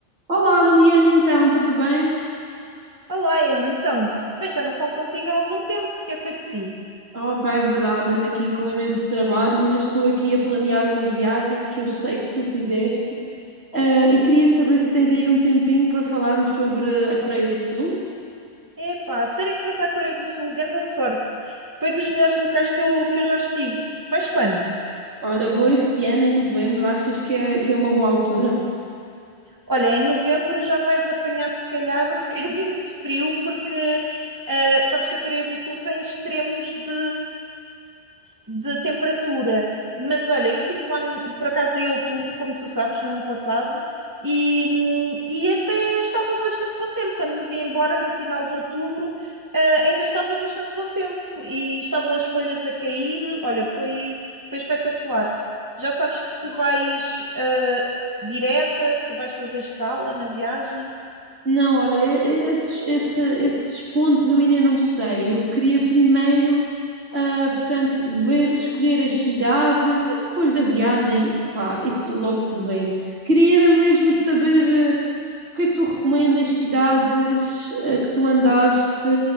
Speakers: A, on the right; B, on the right.
A: Olá Liliana, então, tudo bem?
B: Olá, Emma, então. Bem, já não falo contigo há algum tempo, que é feito de ti?
A: Oh, pá, é verdade, ando aqui com imenso trabalho, mas estou aqui a planear uma viagem que eu sei que tu fizeste, ah, e queria saber se tens aí um tempinho para falarmos sobre a Coreia do Sul.
B: Epá, sério que vais à Coreia do Sul, grande sorte. Foi dos melhores locais que eu, que eu já estive. Vais quando?
A: Olha, vou este ano em novembro, achas que é, que é uma boa altura?
B: Olha, em novembro já vais apanhar se calhar um <laughs> bocadinho de frio, porque ah, sabes que a Coreia do Sul tem extremos de, de temperatura. Mas olha, eu estive lá por acaso em outubro, como tu sabes, no ano passado, e, hum, e até estava bastante bom tempo. Quando me vi embora no final de outubro, ah, ainda estava bastante bom tempo e estavam as folhas a cair. Olha, foi, foi espetacular. Já sabes que se vais eh, direta, se vais fazer escala na viagem.
A: Não, olha, e- e- esses, esse- esses pontos eu ainda não sei. Eu queria primeiro, ah, portanto, ver, escolher as cidades. Isso depois da viagem, opá, isso logo se vê. Queria era mesmo saber, ah, o que é que tu recomendas cidades, ah, que tu andaste,